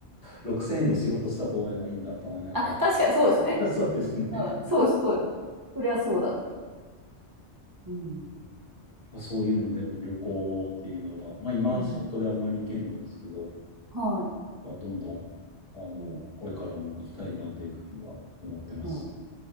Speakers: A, on the left (about 55°); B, on the right (about 35°).
A: 6000円の仕事したと思えばいいんだと思いなが
B: あ、確かにそうですね。
A: ら、<laughs> そうですね。
B: うん、そうです、そうです。そりゃそうだ。うん、
A: まあ、そういうので、やっぱ旅行っていうのは、まあ今仕事であんまり行けんのですけど、
B: うん、はい。
A: まあ、どんどん、あの、
B: うん、
A: これからも行きたいなというふうには思ってます。
B: うん。